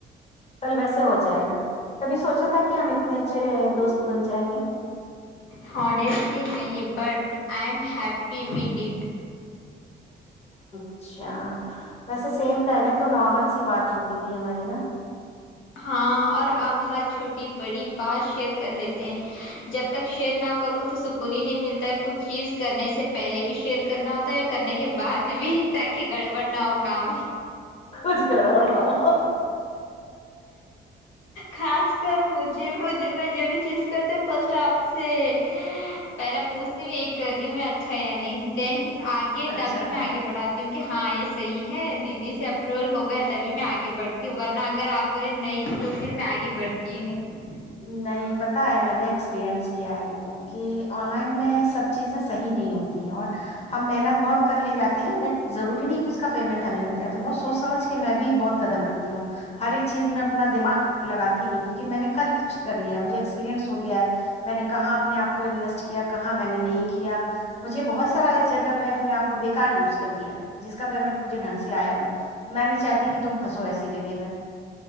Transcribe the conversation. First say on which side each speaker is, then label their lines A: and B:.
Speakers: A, on the left (about 30°); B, on the left (about 85°).
A: ویسے ہو جائے گا کبھی سوچا تھا کہ ہم اتنے اچھے دوست بن جائیں گے
B: ہسٹلی نہیں بٹ آئی ایم ہیپی فی ویڈڈ
A: اچھا ویسے سیم پہلے تو نارمل سی بات ہوتی تھی ہماری نا
B: ہاں اور اپ ہر چھوٹی بڑی بات شیئر کر لیتے ہیں جب تک شیئر نہ کروں تو سکون ہی نہیں ملتا کچھ چیز کرنے سے پہلے بھی شیئر کرنا ہوتا ہے کرنے کے بعد بھی تاکہ گڑبڑ نہ ہو کام
A: کچ کڑ پڑ لام
B: خاص کر مجھے مجھے م یہ بھی چیز کرتے ہ فسٹ آپ سے پہلاے پوچھتی ہ یہ کر رہی ہوں میں اچھا یا نہیں دین آگے
A: اچھا
B: تبھی میں
A: ہے
B: آگے
A: نا
B: بڑھاتی کہ ہاں یہ صحیح ہے دیدی سے اپروول ہو گیا تبھی میں آگے بڑتی ہوں ورنہ اگر آپ بولے نہیں تو پھر میں آگے بڑھتی ہی نہیں
A: نہیں پتہ ہے میں نے ایکسپیرئنس کیا ہے دیکھو کہ آن لائن میں سب چیزیں صحی نہیں ہوتی ہیں اور ہم محنت بہت کرے جاتے ہیں بٹ ضروری نہیں کہ اس کا پیمنٹ ہمیں مل جائے تو بت سوچ سمجھ کے میں بھی بہت قدم رکھتی ہوں ہر ایک چیز میں اپنا دماغ لگاتی نہیں کیونکہ میں نےر کر لیا مجھے ایکسپریئنس ہو گیا ہے میں نے کہاں اپنے آپ کو انویسٹ کیا کہاں میں نے نہیں کیا مجھے بہت سارا جگہ پہ اپنے آپ کو بےیکار یوز کر دیا جس کا پیمنٹ مجھے ڈھنگ سے آیا نہیں تو میں نہیں چاہتی کہ تم پنسو ایسی جگہ پہ